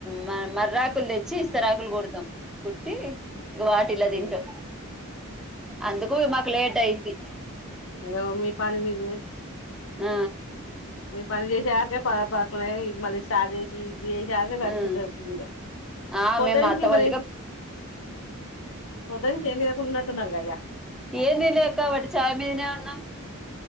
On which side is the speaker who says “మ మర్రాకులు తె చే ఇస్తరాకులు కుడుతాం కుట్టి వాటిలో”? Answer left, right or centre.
Centre